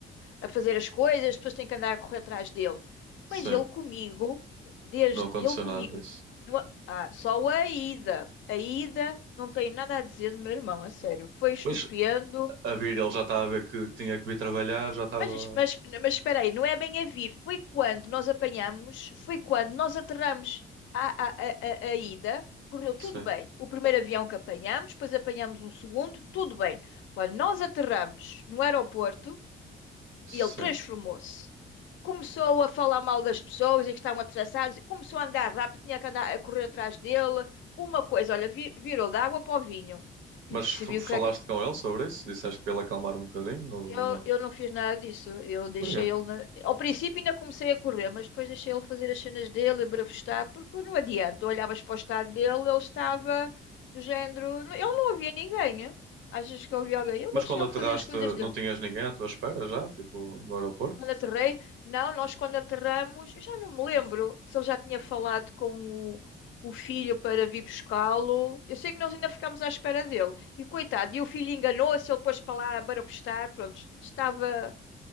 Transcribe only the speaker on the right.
Sim.
Não aconteceu
nada disso.
Pois, a vir ele já estava a ver que tinha que vir trabalhar, já estava...
Sim,
sim.
Mas
f- falaste
com ele sobre isso? Disseste para ele acalmar um bocadinho ou
não?
Porquê?
Mas
quando
aterraste,
não tinhas ninguém à tua espera já? Tipo, no aeroporto?